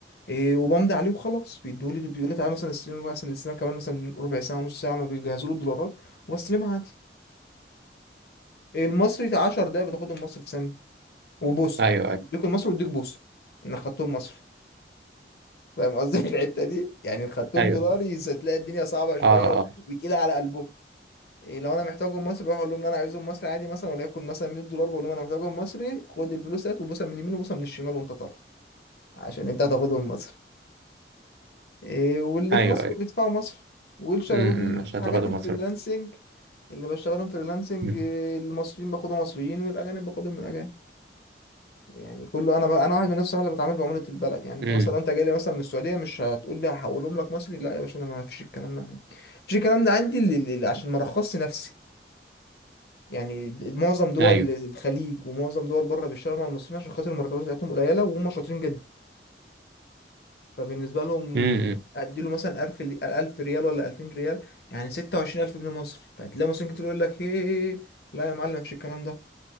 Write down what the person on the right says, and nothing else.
ايوه ايوه
ايوه
اه
آه.
ايوه
أيوه.
امم
عشان تاخدهم
مصر
امم
أمم،
ايوه
امم امم